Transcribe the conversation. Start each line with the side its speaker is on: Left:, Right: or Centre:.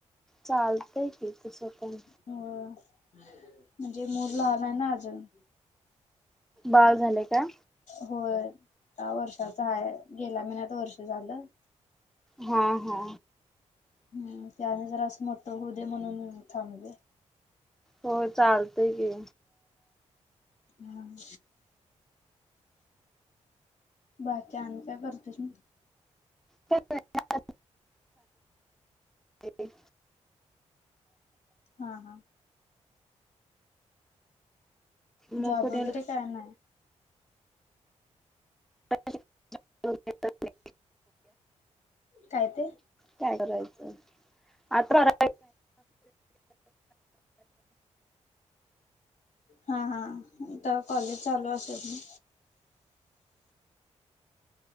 Centre: चालतंय की तसं. पण
Left: हो म्हणजे मूल लाानय ना अजून.
Centre: बाळ झाले का.
Left: होय वर्षाच आहे गेल्या महिन्यात वर्ष झालं.
Centre: हा हा.
Left: हम्म त्याने जर असं मोठ हो दे म्हणून थांबले.
Centre: होय चालतय की.
Left: हम. बाकी आम क्या करते तुही.
Centre: ठी. ते.
Left: हा हा.
Centre: मग
Left: जॉब
Centre: कुणीकडे
Left: वगैरे काय नाही.
Centre: <unintelligible>
Left: काय ते?
Centre: काय करायचं आता.
Left: हा हा तर कॉलेज चालू असेल मी.